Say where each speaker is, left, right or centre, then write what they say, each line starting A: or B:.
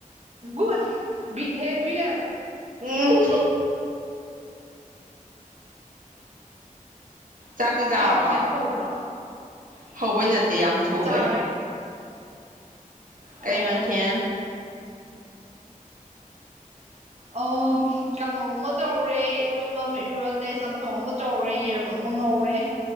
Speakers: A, on the right; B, on the right.
A: ꯒꯨꯨꯗ ꯕꯤꯍꯦꯚꯌꯔ
B: ꯎꯝ ꯆꯥꯛꯇꯤ ꯆꯥꯔꯕꯣ
A: ꯑꯩ ꯉꯥꯡꯕꯁꯦ ꯌꯥꯝ ꯍꯧꯕ꯭ꯔꯣ ꯫
B: ꯍꯧꯕꯩ ꯅꯠꯇꯦ ꯌꯥꯝ ꯊꯨꯕꯩ
A: ꯆꯥꯔꯦ ꯑꯣ
B: ꯀꯩ ꯃꯊꯦꯜ
A: ꯑꯣ ꯀꯥꯡꯉꯧ ꯑꯃ ꯇꯧꯔꯦ ꯏꯔꯣꯟꯕ ꯑꯃ ꯏꯔꯣꯜꯂꯦ ꯆꯝꯊꯣꯡ ꯑꯃ ꯇꯧꯔꯦ ꯌꯦꯔꯨꯝ ꯑꯃ ꯉꯧꯔꯦ ꯫